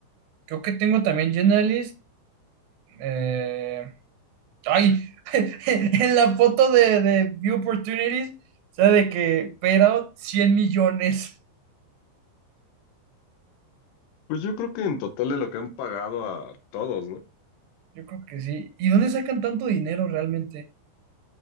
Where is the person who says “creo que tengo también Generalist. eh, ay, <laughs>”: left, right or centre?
Right